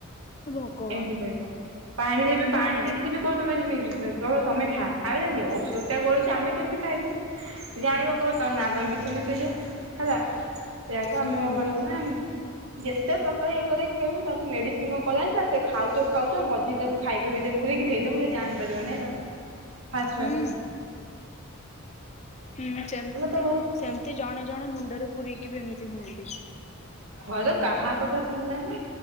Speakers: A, on the left (about 30°); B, on the right (about 80°).
A: ଭଗବାନ।
B: ଏମିତି କହିବ ପାଣି ଦେବି
A: ହୁଁ
B: ପାଣି ଦେଖିଲେ ବି କହିବ ତମେ ଏଥି <unintelligible> କହିବ ତମେ ଖା। <unintelligible> ଔଷଧ ଟା ଗୋଳେଇଛୁ ଆମେ କେମିତି ଖାଇବୁ ଜାଣିବ କହିବ ତମେ ନା ତମେ ବିଷ ମିିସେଇଚ ହେଲା ସେୟାକୁ
A: ହୁଁ
B: ଆମେ କଣ କରିବୁ ନା ଯେତେ ପ୍ରକାର ଇଏକରି ଖୁଆଇବୁ ତାକୁ ମେଡିସିନ କଣ କଲା ଜାଣିଚ ସେ ଖାଉଥ ଖାଉଥ ମଝିରେ ତାକୁ ଖାଇବା ଭିତରେ ପୁରେଇକିି ଦେଇଦମୁ ସେ ଜାଣିପାରିବନି ହେଲା। ଫାସ୍
A: ହୁଁ
B: ଫାସ୍
A: ହୁଁ ସେମତି
B: ତାକୁ
A: ସେମତି ଜଣେ ଜଣେ ମୁଣ୍ଡରେ ପୁରେଇକି ବି ଏମିତି ହୁଅନ୍ତି।
B: ଘରେ କାହା କଥା ଶୁଣିଲାନି।